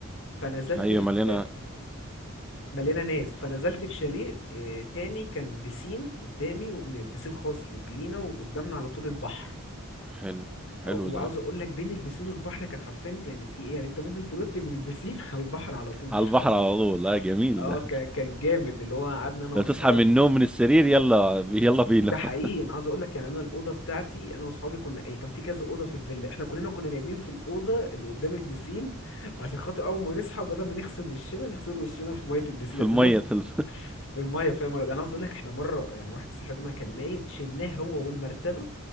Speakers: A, on the left; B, in the centre.
A: فنزلت
B: ايوه
A: في
B: مليانة
A: مليانه ناس فنزلت في شاليه آه، تاني كان بسين قدامي وبسين خاص لت- لينا وقدامنا على طول البحر
B: حلو حلو
A: آه، وعاوز
B: ده
A: اقول لك بين البسين والبحر كان حرفيا يعني في ايه يعني انت ممكن ترد من البسين <laughs> على البحر على طول
B: على
A: <laughs>
B: البحر على طول لا جميل
A: اه
B: ده
A: ك- كان جامد اللي هو قعدنا انا واصحابي
B: لا تصحى من النوم من السرير يلا يلا بينا
A: ده
B: <laughs>
A: حقيقي انا عاوز اقول لك يعني انا الاوضه بتاعتي انا واصحابي كنا هي كان في كذا اوضه في الفيلا احنا كلنا كنا نايمين في الاوضه اللي قدام البسين عشان خاطر اول ما نصحى بدل ما نغسل وشنا نغسل وشنا في ميه البسين
B: في
A: يعني
B: المية
A: ننط
B: في الم...
A: في الميه فاهم ولا لأ؟ انا عاوز اقول لك احنا مره يعني واحد صاحبنا كان نايم شلناه هو والمرتبه